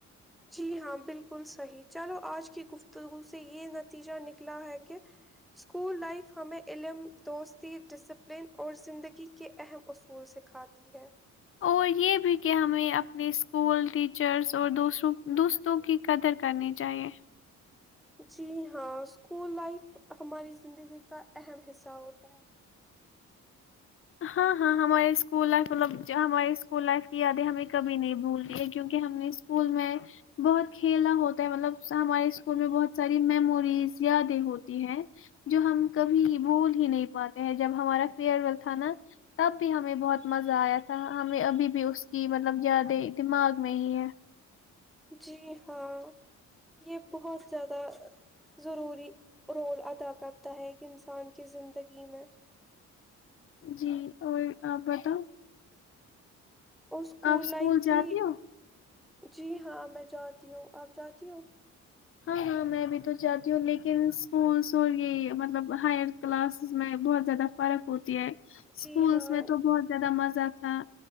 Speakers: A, in the centre; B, on the left.
A: جی ہاں بالکل صحیح چلو آج کی گفتگو سے یہ نتیجہ نکلا ہے کہ اسکول لائف ہمیں علم دوستی ڈسپلن اور زندگی کے اہم اصول سکھاتی ہے
B: اور یہ بھی کہ ہمیں اپنے اسکول ٹیچرس اور دوسروں دوستوں کی قدر کرنی چاہیے
A: جی ہاں اسکول لائف ہماری زندگی کا اہم حصہ ہوتا ہے
B: ہاں ہاں ہمارے اسکول لائف مطلب ہمارے اسکول لائف کی یادیں ہمیں کبھی نہیں بھولتی ہے کیونکہ ہم نے اسکول میں بہت کھیلا ہوتا ہے مطلب ہمارے اسکول میں بہت ساری میموریز یادیں ہوتی ہے جو ہم کبھی بھول ہی نہیں پاتے ہیں جب ہمارا فیئر ویل تھا نا تب بھی ہمیں بہت مزہ آیا تھا ہمیں ابھی بھی اس کی مطلب یادیں دماغ میں ہی ہے
A: جی ہاں یہ بہت زیادہ ضروری رول ادا کرتا ہے کہ انسان کی زندگی میں
B: جی اور آپ بتاؤ
A: اور اسکولول
B: آپ اسکول
A: لائف
B: جاتی
A: کی
B: ہو
A: جی ہاں میں جاتی ہوں آپ جاتی ہوں
B: ہاں ہاں میں بھی تو جاتی ہوں لیکن اسکولس اور یہ مطلب ہائر کلاسز میں بہت زیادہ فرق ہوتا اسکولس
A: جی ہاں
B: میں تو بہت زیادہ مز مزہ تھا